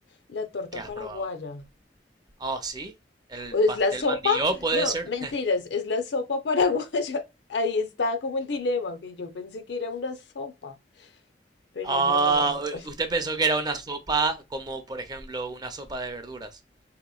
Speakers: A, on the left (about 70°); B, on the right (about 25°).
A: La torta
B: ¿Qué has
A: paraguaya.
B: probado? Ah, sí, el
A: ¿O
B: pastel
A: es la sopa?
B: mandilló puede
A: No,
B: ser.
A: mentiras, es la sopa paraguaya. <laughs> Ahí está como el dilema, que yo pensé que era una sopa, pero
B: Ah,
A: no.
B: u- usted pensó que era una sopa como, por ejemplo, una sopa de verduras.